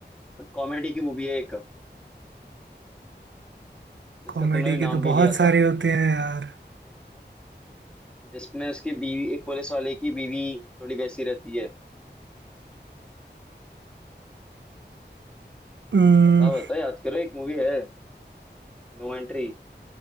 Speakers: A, in the centre; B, on the right.
A: कॉमेडी की मूवी है एक जिसका
B: कॉमेडी
A: तुमने भी
B: के
A: नाम
B: तो
A: भी
B: बहुत
A: लिया
B: सारे
A: था
B: होते हैं यार
A: जिसमें उसकी बीवी एक पुलिस वाले की बीवी थोड़ी वैसी रहती है
B: अम्म,
A: बताओ बताओ याद करो एक मूवी है No entry